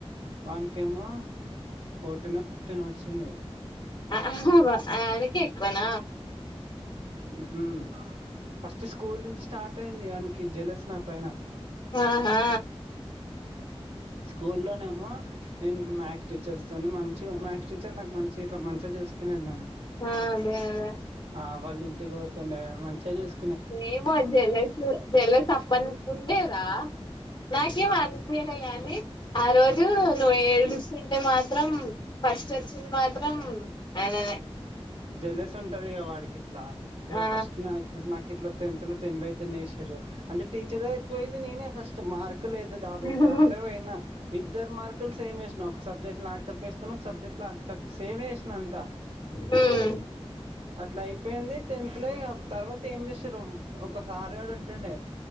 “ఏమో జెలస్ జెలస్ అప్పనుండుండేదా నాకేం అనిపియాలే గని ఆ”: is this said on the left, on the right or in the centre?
Left